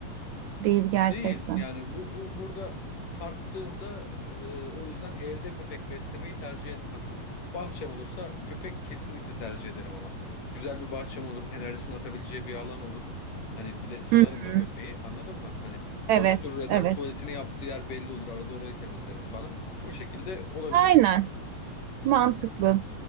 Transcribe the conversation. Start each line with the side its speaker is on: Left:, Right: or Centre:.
Right: Değil gerçekten.
Left: Değil. Yani bu, bu burada tarttığımda e, o yüzden evde köpek beslemeyi tercih etmem. Bahçem olursa köpek kesinlikle tercih ederim ama. Güzel bir bahçem olur, enerjisini atabileceği bir alan olur. Hani bir de salarım
Right: Hı hı.
Left: da köpeği anladın mı? Hani koşturur
Right: Evet,
Left: eder,
Right: evet.
Left: tuvaletini yaptığı yer belli olur. Arada orayı temizlerim falan. O şekilde olabilir.
Right: Aynen. Mantıklı.